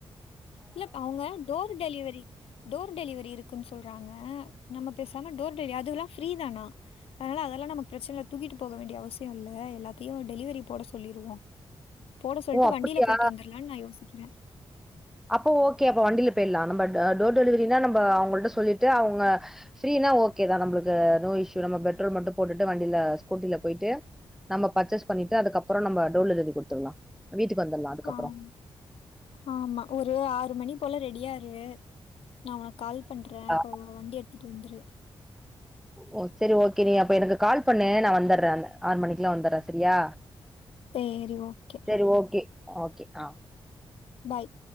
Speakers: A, on the left; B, in the centre.
A: இல்ல இப்ப அவங்க டோர் டெலிவரி டோர் டெலிவரி இருக்குன்னு சொல்றாங்க நம்ம பேசாம டோர் டெலிவரி அதுல்லா ஃப்ரீதானா அதனால அதெல்லா நமக்கு பிரச்சன தூக்கிட்டு போக வேண்டிய அவசியம் இல்ல எல்லாத்தையு டெலிவரி போட சொல்லிடுவோ போட
B: வ
A: சொல்லிட்டு
B: ஓ அப்டியா
A: வண்டியில போயிட்டு வந்துட்லானு நா யோசிக்கிறே
B: அப்போ ஓகே அப்ப வண்டியில போயிடலா நம்ம டோர் டெலிவரினா நம்ம அவங்கள்ட சொல்லிட்டு அவங்க ஃப்ரீனா ஓகே தா நம்மளுக்கு நோ இஷ்யூ நம்ம பெட்ரோல் மட்டு போட்டுட்டு வண்டியில ஸ்கூட்டில போயிட்டு நம்ம பர்ச்சேஸ் பண்ணிட்டு அதுக்கப்பறம் நம்ம டோர் டெலிவரி குடுத்துட்லா வீட்டுக்கு வந்துட்லா அதுக்கப்பறம்
A: ஆம் ஆமா ஒரு ஆறு மணி போல ரெடியா இரு நா உனக்கு கால் பண்றே
B: ஆ
A: அப்ப வ வண்டி எடுத்துட்டு வந்துரு
B: ஓ சேரி ஓகே நீ அப்ப எனக்கு கால் பண்ணு நா வந்துட்றே ஆறு மணிக்குல்லா வந்துட்றே சரியா
A: சேரி ஓகே
B: சேரி ஓகே ஓகே ஆ
A: பாய்